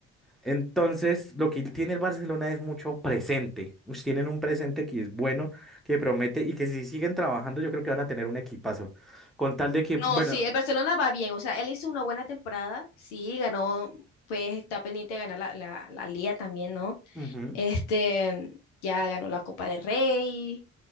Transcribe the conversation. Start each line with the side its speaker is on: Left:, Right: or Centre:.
Centre: Entonces, lo que tiene el Barcelona es mucho presente. Ush, tienen un presente que es bueno, que promete y que si siguen trabajando, yo creo que van a tener un equipazo. Con tal de que, bueno,
Left: No, sí, el Barcelona va bien, o sea, él hizo una buena temporada, sí, ganó, pues está pendiente de ganar la, la, la Liga también, ¿no?
Centre: ujú,
Left: Este, ya ganó la Copa del Rey,